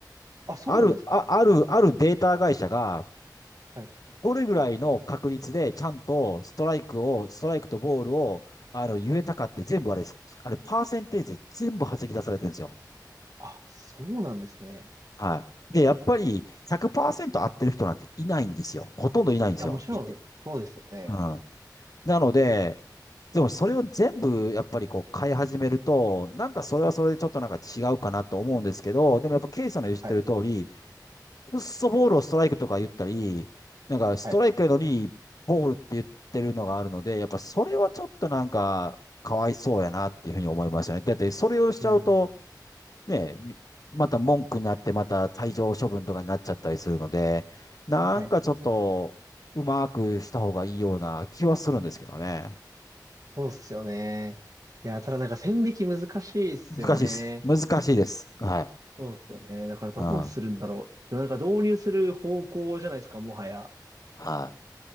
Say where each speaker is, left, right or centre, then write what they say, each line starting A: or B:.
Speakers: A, on the right; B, on the left.
A: あ、そうなんですか。
B: ある、あ、ある、あるデータ会社が、
A: はい。
B: どれぐらいの確率でちゃんとストライクを、ストライクとボールを、あの、言えたかって全部あれ、あれ、パーセンテージで全部弾き出されてるんですよ。
A: あ、そうなんですね。
B: はい。で、やっぱり100%合ってる人なんていないんですよ。ほとんどいないんですよ。
A: や、もちろん、
B: いて
A: そうですよね。
B: うん。なので、でもそれを全部やっぱりこう変え始めると、なんかそれはそれでちょっとなんか違うかなと思うんですけど、でもやっぱケイさんの言ってる通り、
A: はい。
B: くっそボールをストライクとか言ったり、なんかストライクやのにボールって言ってるのがあるので、
A: はい。
B: やっぱそれはちょっとなんかかわいそうやなっていうふうに思いますよね。だってそれをしちゃうと、
A: うん。
B: ね、また文句になってまた退場処分とかになっちゃったりするので、なんかちょっとうまくした方がいいような気はするんですけどね。
A: はい。そうっすよね。いや、ただなんか線引き難しいっすよね。
B: 難しいです。難しいです。はい。
A: そうっすよね。だからどうするんだろう。
B: うん。
A: でもなんか導入する方向じゃないですか、もはや。
B: は